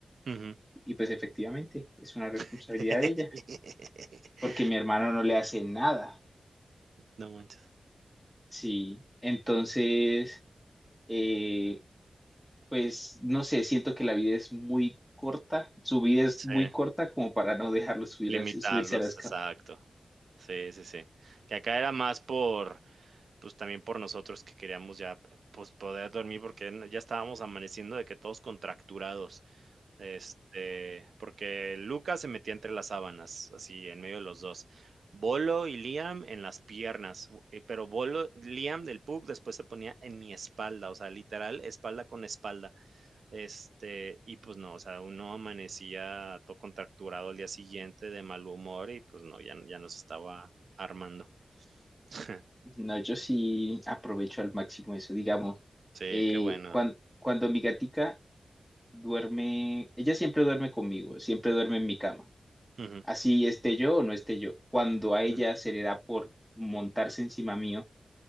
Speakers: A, on the right; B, in the centre.
A: ujú.
B: Y pues efectivamente, es una responsabilidad
A: <laughs>
B: de ella, porque mi hermano no le hace nada.
A: No manches.
B: Sí, entonces... eh, pues no sé, siento que la vida es muy corta, su vida es
A: Sí,
B: muy corta como para no dejarlo subir
A: limitarlos,
B: al- subirse a las
A: exacto.
B: camas.
A: Sí, sí, sí. Que acá era más por, pues también por nosotros que queríamos ya, eh, pues poder dormir porque ya estábamos amaneciendo de que todos contracturados, este, porque Lucas se metía entre las sábanas, así en medio de los dos. Bolo y Liam en las piernas, u- eh, pero Bolo, Liam del Pug después se ponía en mi espalda, o sea, literal, espalda con espalda. Este, y pues no, o sea, uno amanecía todo contracturado al día siguiente de mal humor y pues no, ya, ya nos estaba armando. <laughs>
B: No, yo sí aprovecho al máximo eso, digamos.
A: Sí,
B: eh,
A: qué bueno.
B: cuan- cuando mi gatica duerme, ella siempre duerme conmigo, siempre duerme en mi cama,
A: Ujú.
B: así esté yo o no esté yo. Cuando a ella
A: Ujú.
B: se le da por montarse encima mío,